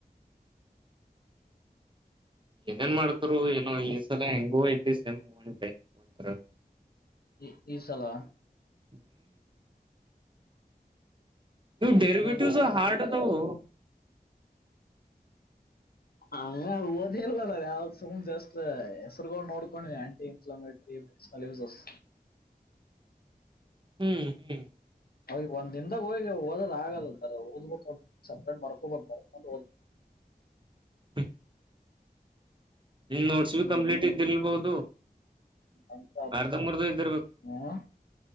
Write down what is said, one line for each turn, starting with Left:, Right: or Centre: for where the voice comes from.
Right: ಏನೇನ್ ಮಾಡ್ತರೋ ಏನೋ ಈ ಸಲ ಹೆಂಗೋ ಐತಿ ಸಮ್ ಒಂಟೈ ಒಂಥರ.
Left: ಈ ಈ ಸಲಾ.
Right: ಹ್ಮ ಇವು
Left: ಏನೇನದ
Right: ಡೆರಿಬಿಟಿವ್ಸ್
Left: ಕಟ್ತಿಲ್ಲ
Right: ಹಾರ್ಡ್ ಅದವು.
Left: ಹ ಓದಿಲ್ಲ ನ ಯಾವ ಸುಮ್ ಜಸ್ಟ್ ಹೆಸ್ರುಗೊಳ್ ನೋಡ್ಕೊಂಡಿನಿ ಆಂಟಿ ಇನ್ಫ್ಲೋಮೇಟ್ರಿ. ಅಲಿವ್ಜಸ್
Right: ಹ್ಮ್ ಹ್ಮ್
Left: ಅವ ಈಗ ಒಂದ ದಿನ್ದಾಗ ಹೋಗಿ ಓದದಾಗಲ್ಲ ಸರ್ ಓದ್ಬೇಕು ಸಪ್ರೇಟ್ ಬರ್ಕೊಬಕ್ ಬರ್ಕೊಂಡು ಓದಬೇಕು. <inaudible>
Right: ಹ್ಮ ನೋಟ್ಸ್
Left: ಹ್ಮ್
Right: ಭಿ ಕಂಪ್ಲೀಟ್ ಇದ್ದಿಲ್ಬಹುದು.
Left: ಅಂತ
Right: ಅರ್ಧ ಮೂರ್ದು ಇದ್ದಿರ್ಬೇಕು.
Left: ಹ್ಮ್